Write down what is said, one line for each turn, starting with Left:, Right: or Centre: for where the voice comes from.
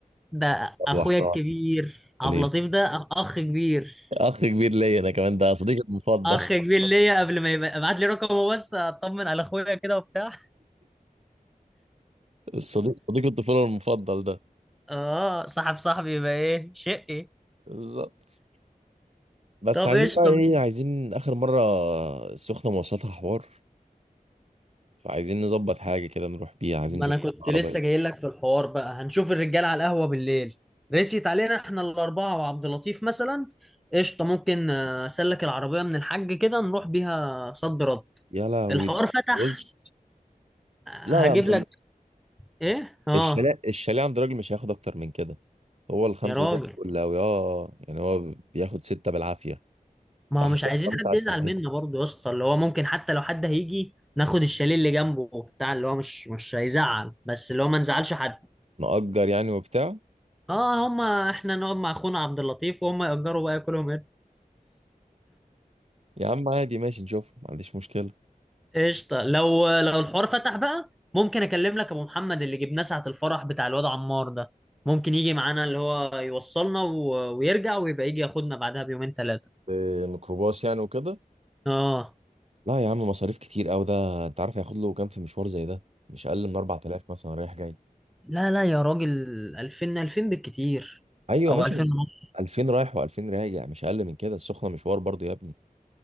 Centre: ده أخويا
Right: نروح نقعد
Centre: الكبير عبد
Right: ليه
Centre: اللطيف ده أخ كبير
Right: اخ كبير ليا انا كمان ده صديقي المفضل
Centre: أخ
Right: <laughs>
Centre: كبير ليا قبل ما يبقى ابعت لي رقمه بس أطمن على أخويا كده وبتاع
Right: الصديق صديق الطفولة المفضل ده
Centre: آه صاحب صاحبي يبقى إيه شقي
Right: بالظبط بس
Centre: طب
Right: عايزين
Centre: قشطة
Right: بقى ايه عايزين اخر مرة السخنة مواصلاتها حوار فعايزين نظبط حاجة كده نروح بيها عايزين
Centre: ما
Right: نشوف
Centre: انا كنت
Right: عربية
Centre: لسه جاي لك في الحوار بقى هنشوف الرجال على القهوه بالليل رسيت علينا احنا الاربعه وعبد اللطيف مثلا قشطه ممكن آه، اسلك العربيه من الحاج كده نروح بيها صد رد
Right: يا لهوي
Centre: الحوار فتح
Right: بص
Centre: هجيب
Right: لا لا
Centre: لك ايه اه
Right: الشاليه الشاليه عند راجل مش هياخد اكتر من كده هو الخمسه
Centre: يا راجل
Right: زي الفل قوي اه يعني هو بياخد سته بالعافيه
Centre: ما
Right: فاحنا
Centre: هو مش
Right: نروح
Centre: عايزين
Right: خمسه
Centre: حد
Right: عشان
Centre: يزعل
Right: ايه
Centre: منا برضه يا اسطى اللي هو ممكن حتى لو حد هيجي ناخد الشاليه اللي جنبه وبتاع اللي هو مش مش هيزعل بس اللي هو ما نزعلش حد
Right: نأجر يعني وبتاع
Centre: اه هما احنا نقعد مع اخونا عبد اللطيف وهم يأجروا بقى كلهم
Right: يا عم عادي ماشي نشوف ما عنديش مشكله
Centre: قشطة لو لو الحوار فتح بقى ممكن اكلم لك ابو محمد اللي جبناه ساعة الفرح بتاع الواد عمار ده ممكن يجي معانا اللي هو يوصلنا و... ويرجع ويبقى يجي ياخدنا بعدها بيومين ثلاثة
Right: إيه، ميكروباص يعني وكده
Centre: اه
Right: لا يا عم مصاريف كتير قوي ده انت عارف هياخد له كام في مشوار زي ده مش اقل من 4000 مثلا رايح جاي
Centre: لا لا يا راجل 2000 2000 بالكتير
Right: ايوه
Centre: او
Right: ماشي
Centre: 2000 ونص
Right: 2000 رايح و2000 راجع مش اقل من كده السخنه مشوار برضو يا ابني